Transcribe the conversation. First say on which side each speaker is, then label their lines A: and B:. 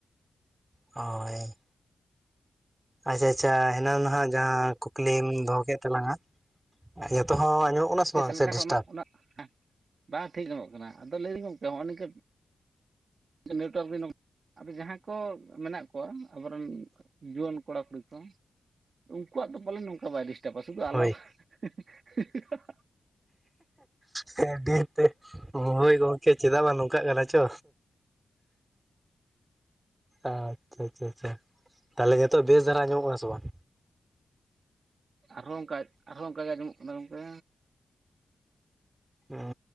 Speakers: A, on the right (about 20°); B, on the right (about 65°).
A: ᱦᱳᱭ᱾ ᱟᱪᱪᱷᱟ ᱟᱪᱪᱷᱟ, ᱦᱮᱱᱟᱱ ᱱᱟᱦᱟᱜ ᱡᱟᱦᱟᱸ ᱠᱞᱤᱢ ᱫᱚᱦᱚ ᱠᱮᱫ ᱛᱟᱞᱟᱝᱟ ᱧᱮᱛᱚᱜ ᱦᱚᱸ ᱟᱸᱡᱚᱢᱚᱜ ᱠᱟᱱᱟ ᱥᱮ
B: ᱟᱯᱮᱥᱮᱪ
A: ᱵᱟᱝ
B: ᱢᱤᱫᱴᱟ
A: ᱥᱮ ᱰᱤᱥᱴᱟᱵᱽ
B: ᱢᱟ ᱩᱱᱟᱹᱜ ᱩᱱᱟᱹᱜ ᱦᱮᱸ, ᱵᱟᱝ ᱴᱷᱤᱠ ᱮᱢᱚᱜ ᱠᱟᱱᱟ, ᱟᱫᱚ ᱞᱟᱹᱭᱫᱟᱹᱧ ᱜᱚᱝᱠᱮ ᱦᱚᱸᱜᱼᱚ ᱱᱤᱝᱠᱟᱹ ᱱᱮᱴᱣᱟᱨᱠ <inaudible> ᱡᱟᱦᱟᱸ ᱠᱚ ᱢᱮᱱᱟᱜ ᱠᱚᱣᱟ, ᱟᱵᱚᱨᱮᱱ ᱡᱩᱣᱟᱹᱱ ᱠᱚᱲᱟ ᱠᱩᱲᱤ ᱠᱚ ᱩᱱᱠᱩᱣᱟᱜ ᱫᱚ ᱯᱟᱞᱮᱱ ᱱᱚᱝᱠᱟ ᱵᱟᱭ ᱵᱤᱥ ᱠᱮᱯᱟ ᱥᱩᱫᱩ ᱟᱞᱟᱝ
A: ᱦᱳᱭ
B: <unintelligible>
A: ᱦᱳᱭ ᱟᱹᱰᱤ ᱩᱛᱟᱹᱨ ᱦᱳᱭ ᱜᱚᱝ ᱪᱮ ᱪᱮᱫᱟᱜ ᱵᱟᱝ ᱱᱚᱝᱠᱟ ᱠᱟᱱᱟ ᱪᱚ᱾ ᱟᱪᱪᱷᱟ ᱟᱪᱪᱷᱟ ᱟᱪᱷᱟ, ᱛᱟᱦᱞᱮ ᱱᱤᱛᱚᱜ ᱵᱮᱥ ᱫᱷᱟᱨᱟ ᱟᱸᱡᱚᱢᱚᱜ ᱠᱟᱱᱟ ᱥᱮ ᱵᱟᱝ?
B: ᱟᱨᱦᱚᱸ ᱚᱱᱠᱟ ᱟᱨᱦᱚᱸ ᱚᱱᱠᱟ ᱜᱮ ᱟᱸᱚᱢᱚᱜ ᱠᱟᱱᱟ ᱜᱚᱝᱠᱮ᱾
A: ᱩᱸ